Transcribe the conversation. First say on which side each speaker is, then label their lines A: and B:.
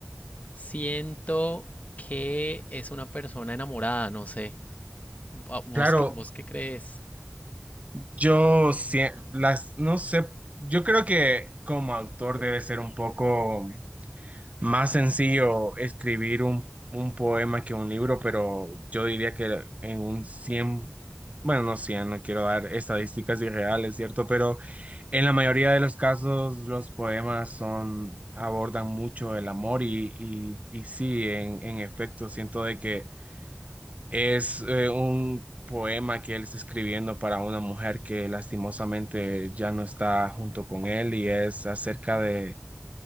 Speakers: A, on the left; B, on the right.
A: siento que es una persona enamorada, no sé. ¿Vo- ¿Vos
B: Claro,
A: qué, vos qué crees?
B: yo sí, las, no sé, yo creo que como autor debe ser un poco más sencillo escribir un, un poema que un libro, pero yo diría que en un cien bueno, no cien no quiero dar estadísticas irreales, ¿cierto? Pero en la mayoría de los casos los poemas son, abordan mucho el amor y, y, y sí, en, en efecto, siento de que Es eh, un poema que él está escribiendo para una mujer que lastimosamente ya no está junto con él y es acerca
A: Ah,
B: de,